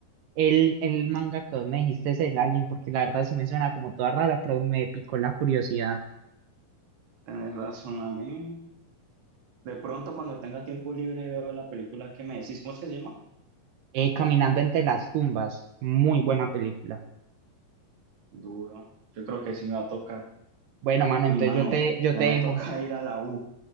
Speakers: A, on the right; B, on the right.
A: el, el manga que vos me dijiste, es el Alien, porque la verdad sí me suena como toda rara, pero me picó la curiosidad.
B: Tenés razón a mí. De pronto, cuando tenga tiempo libre, veo la película que me decís. ¿Cómo es que se llama?
A: Eh, Caminando entre las tumbas, muy buena película.
B: Duro. Yo creo que sí me va a tocar.
A: Bueno, mano,
B: Uy,
A: entonces
B: mano,
A: yo te, yo
B: ya
A: te
B: me
A: dejo.
B: toca <laughs> ir a la U.